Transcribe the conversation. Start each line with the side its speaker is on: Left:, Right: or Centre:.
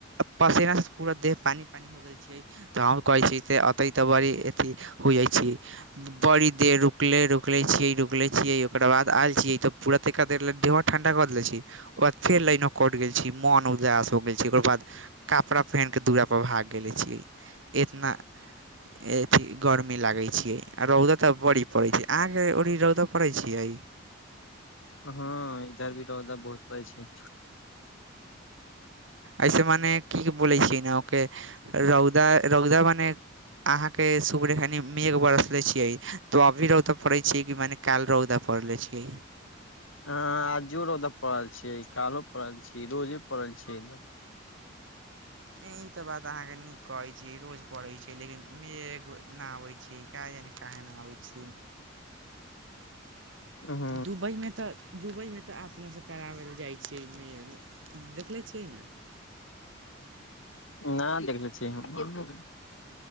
Right: पसेना स पूरा देह पानि पानि हो गेल तऽ हम कहै छी तऽ अतै तऽ बड़ी अथी होइ छी बड़ी देर रुकले रु रुकलै छिय रुकलै छिय ओकर बाद आए छियै त पूरात त तेहो ठण्डाऽ देले छी ओकर बाद फेर लाईनो कटि गेल छी मोन उदास हो गेल छी ओकर बाद कपड़ा पहिन क दुूअरापर भाग गेलने छियै इतना एभि गर्मी लागे छी, आ रौदा तऽ बड़ी पड़े छै। आहाँकेँ ओड़ी रौदऽ पड़ै छियै?
Left: हँ, इधर भी रौदा बहुत पड़ै छै।
Right: एहिसे मने की बोलै छियै, ने ओ के रौदा मने अहाँकेँ सूपरेखनि मेघ बरसले छियै। तो अभी रौदा पड़े छियै, कि मने काल रौदा पड़ले छियै।
Left: ह, आजो रौदा पड़ल छियै, कालो पढ़ल छियै, रोजे पड़ल छियै।
Right: ई तऽ बात अहाँ नीक कहै छी, रोज पढ़ै छै, लेकिन मुँहसँ नहि आबै। ठीक है। काहे न आबै छी।
Left: ह।
Right: दुबई मे तऽ दुबई मे तऽ अपनासे करावय लऽ जाय छै। <unintelligible> देखले छियै ने
Left: नहि देखले छियै हम